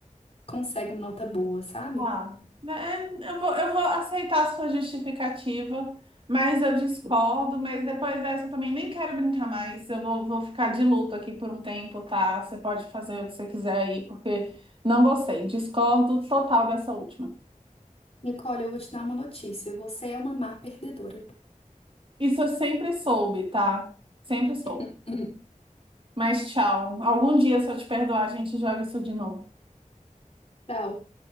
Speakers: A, on the left; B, on the right.
A: consegue uma nota boa, sabe?
B: Tá. É, Eu vou, eu vou aceitar a sua justificativa, mas eu discordo, mas depois dessa eu também nem quero brincar mais. Eu vou, vou ficar de luto aqui por um tempo, tá? Você pode fazer o que você quiser aí, porque não gostei. Discordo total dessa última.
A: Nicole, eu vou te dar uma notícia. Você é uma má perdedora.
B: Isso eu sempre soube, tá? Sempre soube.
A: <laughs>
B: Mas tchau. Algum dia, se eu te perdoar, a gente joga isso de novo.
A: Tchau.